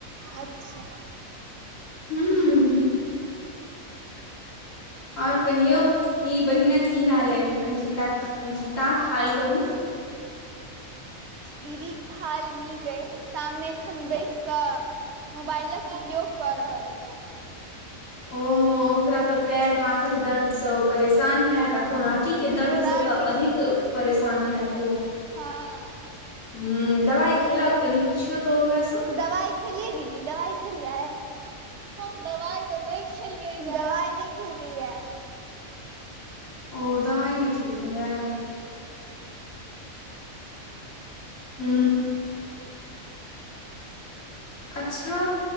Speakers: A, on the right; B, on the left.
A: अच्छा
B: हुँ और कहियौ कि बहिनक की हाल है अंकिताक अंकित टा खहाल कहू
A: दीदी हाल नीक अय सामने एखन बैस क मोबाइलक उपयोग क रहले
B: ओ ओकरा तऽ पैर हाथक दर्द से ओ परेशान हयत आ कोनाटी के दर्द
A: कोराटी
B: से तऽ अधिक परेश सन होयत ओ
A: हँ
B: हुँ दवाइ खेलक कनि पुछियो त ओकरा स
A: दवाइ खेलियै दीदी दवाइ खै लिए है हम दबाइ तऽ नहि खेलियै दबाइ नहि खेलके य
B: ओ दवाय नहि देलकै य‌ए हू अच्छा